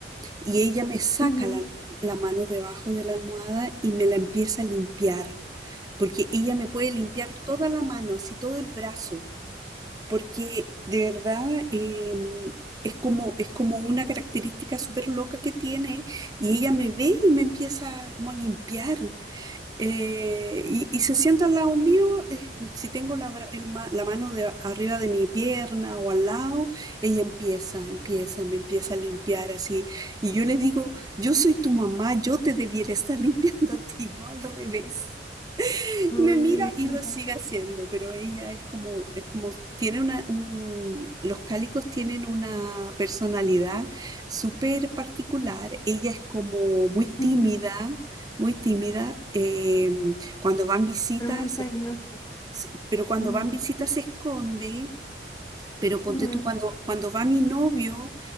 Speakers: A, on the right (about 20°); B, on the left (about 20°).
A: y ella me saca
B: ujú.
A: la, la mano debajo de la almohada y me la empieza a limpiar, porque ella me puede limpiar toda la mano, así todo el brazo porque de verdad eh, es como, es como una característica súper loca que tiene y ella me ve y me empieza como a limpiar. Eh, y, y se sienta al lado mío, eh, si tengo la, bra- el ma- la mano de, arriba de mi pierna o al lado, ella empieza, empieza, me empieza a limpiar así. Y yo le digo, yo soy tu mamá, yo te debiera estar <laughs> limpiando a ti, no al revés
B: Ay,
A: me mira
B: me encanta.
A: y lo sigue haciendo, pero ella es como, es como, tiene una, un- los cálicos tienen una personalidad súper particular. Ella es como muy tímida,
B: Ujú.
A: muy tímida. eh, cuando van visitas,
B: Pero muy cariñosa.
A: se- se- pero cuando
B: Ujú,
A: van visitas se esconde pero ponte
B: ujú,
A: tú, cuando, cuando va mi novio,